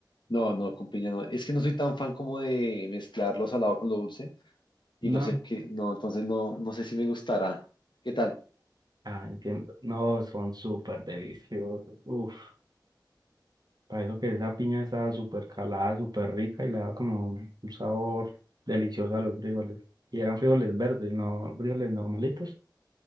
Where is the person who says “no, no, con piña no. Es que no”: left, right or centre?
Left